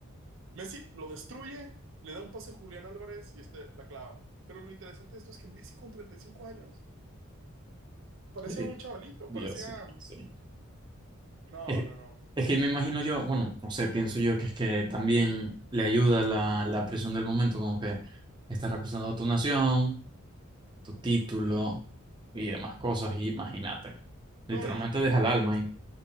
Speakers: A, on the right (about 65°); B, on the right (about 20°).
A: Messi lo destruye, le da un pase a Julián Álvarez y este la clava. Pero lo interesante de esto es que Messi con 35 años parecía
B: Eh,
A: un chavalito,
B: Dios
A: parecía...
B: mío, sí.
A: No,
B: Es,
A: no, no,
B: es
A: fue
B: que
A: descomunal.
B: me imagino yo, bueno, no sé, pienso yo que es que también le ayuda la, la presión del momento, como que estás representando a tu nación, tu título y demás cosas, y imagínate. Literalmente
A: No, y,
B: deja el alma ahí.